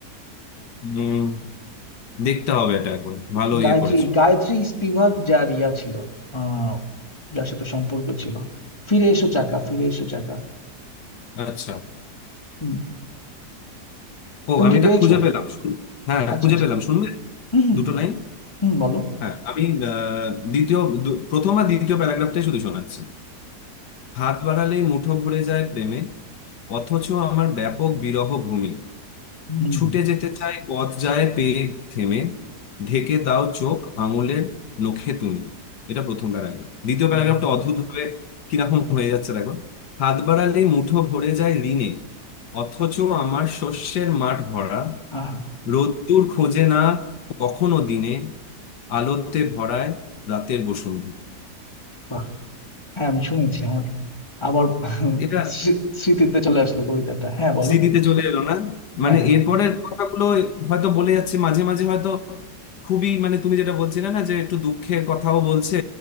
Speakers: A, on the left; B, on the left.
A: উম, দেখতে হবে এটা এখন ভালো
B: গায়ত্রী
A: ইয়ে করেছো
B: গায়ত্রী স্পিভাক যার ইয়া ছিল আহ যার সাথে সম্পর্ক ছিল ফিরে এসো চাকা ফিরে এসো চাকা
A: আচ্ছা
B: হুম
A: ও
B: তুমি
A: আমি
B: কি
A: এটা
B: পেয়েছো
A: খুঁজে পেলাম শুন- হ্যাঁ
B: আচ্ছা
A: খুঁজে
B: আচ্ছা
A: পেলাম শুনবে
B: হুম হুম
A: দুটো লাইন
B: হুম, বলো
A: হ্যাঁ আমি আহ, দ্বিতীয় দু- প্রথম আর দ্বিতীয় প্যারাগ্রাফটাই শুধু শোনাচ্ছি হাত বাড়ালেই মুঠো ভরে যায় প্রেমে অথচ আমার ব্যাপক বিরহ ভূমি
B: হুম
A: ছুটে যেতে চাই পথ যায় পেয়ে থেমে ঢেকে দাও চোখ আঙুলের নখে তুমি এটা প্রথম প্যারাগ্রাফ দ্বিতীয়
B: হ্যাঁ
A: প্যারাগ্রাফটা অদ্ভুত ভাবে কিরকম হয়ে যাচ্ছে দেখো হাত বাড়ালে মুঠো ভরে যায় ঋণে অথচ আমার শস্যের মাঠ ভরা
B: আহা
A: রোদ্দুর খোঁজে না কখনো দিনে আলোতে ভরায় রাতের বসন্ত
B: বাহ হ্যাঁ আমি শুনেছি আমার আবার
A: এটা
B: স্মৃ- স্মৃতিতে চলে আসলো কবিতাটা হ্যাঁ বলো
A: স্মৃতিতে চলে এলো না
B: হ্যাঁ
A: মানে
B: হ্যাঁ
A: এরপরের কথাগুলো হয়তো বলে যাচ্ছে মাঝে মাঝে হয়তো খুবই মানে তুমি যেটা বলছিলে না যে একটু দুঃখের কথাও বলছে